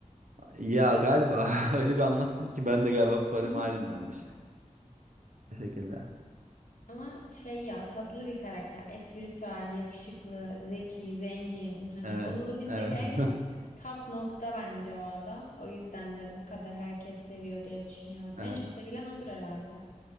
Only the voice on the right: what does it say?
Ya galiba <laughs> öyle bir anlattım ki ben de galiba favorim
Iron Man'miş. yani. Bu şekilde.
Evet.
Evet.
<laughs>
Evet.